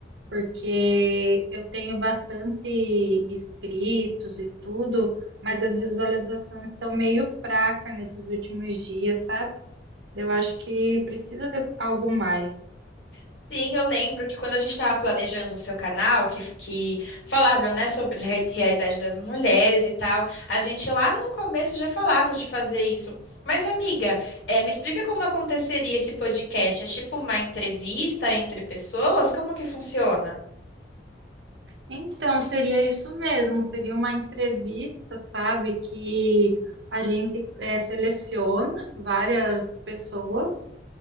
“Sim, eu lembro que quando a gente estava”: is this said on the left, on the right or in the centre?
Left